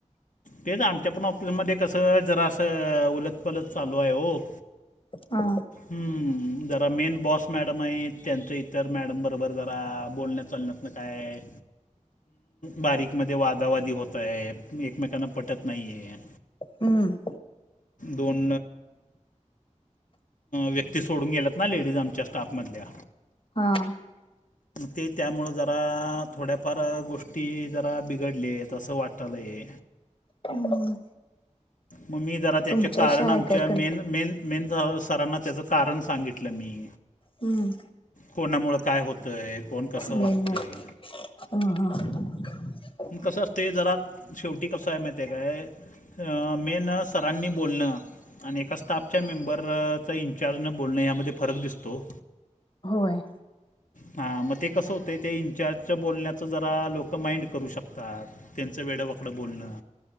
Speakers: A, on the left; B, on the left.
A: तेच आमच्या पण ऑफिसमध्ये कसं जरा असं उलथ पालथ चालू आहे हो.
B: हा.
A: हम्म. जरा मेन बॉस मॅडम आहेत त्यां तर मॅडम बरोबर जरा बोलण्यात चालण्यात ना काय बारीकमध्ये वाद दवादी होत आहे एकमेकांना पटत नाही आहे.
B: हम्म.
A: दोन व्य ते सोडून गेल्यात ना लेडीज आमच्या स्टाफमधल्या.
B: हा.
A: ते त्यामुळं जरा थोड्याफार गोष्टी जरा बिघडली तसं वाटालंय.
B: हम्म.
A: मग मी जरा त्याचे
B: तुमच्या
A: कारण
B: अशी आहे
A: आमच्या
B: काय कण
A: मेन मेन मेन सरांना त्याचं कारण सांगितलं मी.
B: हम्म.
A: कोणामुळं काय होतंय कोण कसं
B: मे
A: वागतंय.
B: महिन्यात हा हा.
A: कसं असतें जरा शेवटी कसं आहे माहितय आहे काय? मेन सरांनी बोलणं आणि एका स्टाफच्या मेंबरचा इंचार्ज न बोलणं यामध्ये फरक दिसतो.
B: होय.
A: हा मग ते कसं होतें ते इनचार्जच बोलण्याचं जरा लोकं माइंड करू शकतात. त्यांचं वेळं वाकडं बोलणं.